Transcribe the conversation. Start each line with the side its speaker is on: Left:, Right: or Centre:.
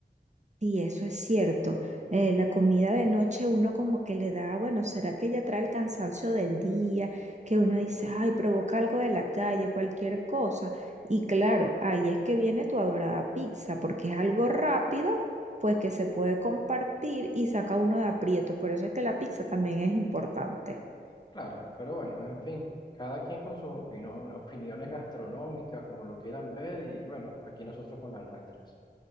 Right: Sí, eso es cierto. Eh, la comida de noche uno como que le da, bueno, ¿será que ya trae el cansancio del día? Que uno dice, ay, provoca algo de la calle, cualquier cosa. Y claro, ahí es que viene tu adorada pizza, porque es algo rápido, pues que se puede compartir y saca uno de aprieto. Por eso es que la pizza también es importante.
Left: Claro, pero bueno, en fin, cada quien con sus opino- <laughs> opiniones gastronómicas, como lo quieran ver, y bueno, aquí nosotros con las nuestras.